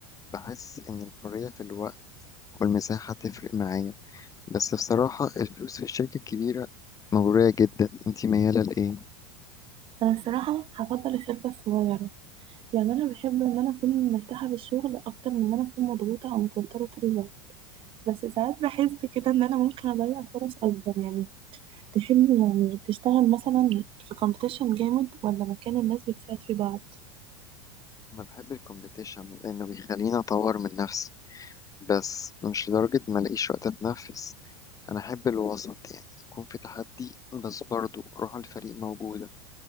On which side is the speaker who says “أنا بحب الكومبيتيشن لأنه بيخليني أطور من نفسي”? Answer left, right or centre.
Left